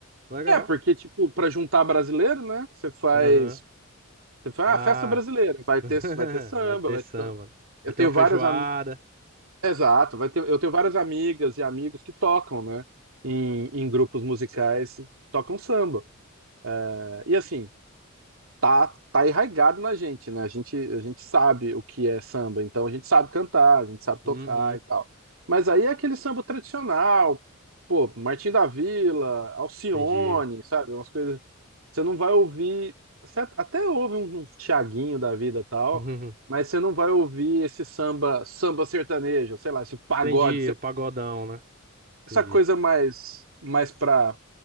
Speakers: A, on the right (about 45°); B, on the right (about 70°).
A: Legal.
B: é porque tipo para juntar brasileiro, né? Você faz
A: Aham.
B: Você faz,
A: Ah.
B: ah, festa brasileira,
A: <laughs>
B: vai ter, vai ter samba,
A: Vai ter
B: vai
A: samba.
B: ter... Eu
A: Vai ter
B: tenho
A: uma feijoada.
B: vários Exato, vai ter, eu tenho várias amigas e amigos que tocam, né, em, em grupos musicais, tocam samba. É, E assim, tá, tá arraigado na gente, né? A gente, a gente sabe o que é samba, então a gente sabe cantar, a gente sabe
A: Uhum.
B: tocar e tal. Mas aí é aquele samba tradicional, pô, Martim da Vila, Alcione,
A: Entendi. <laughs>
B: sabe? Umas coisas. Você não vai ouvir. Você até ouve um, um Thiaguinho da vida e tal,
A: Uhum.
B: mas você não vai ouvir esse samba, samba sertanejo, sei lá, esse pagode
A: Entendi. O pagodão, né? Entendi.
B: essa coisa mais mais pra,